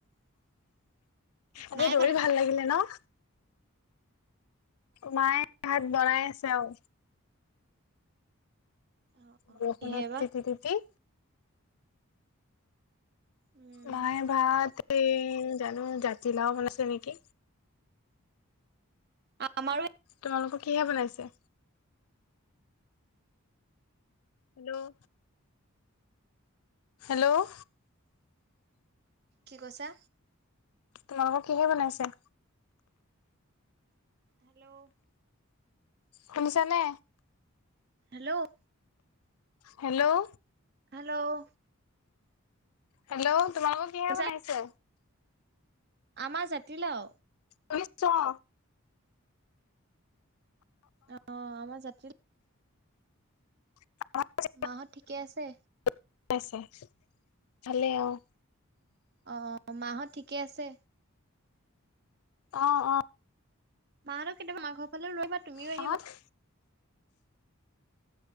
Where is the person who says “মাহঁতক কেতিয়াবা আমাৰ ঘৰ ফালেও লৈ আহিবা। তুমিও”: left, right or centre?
Right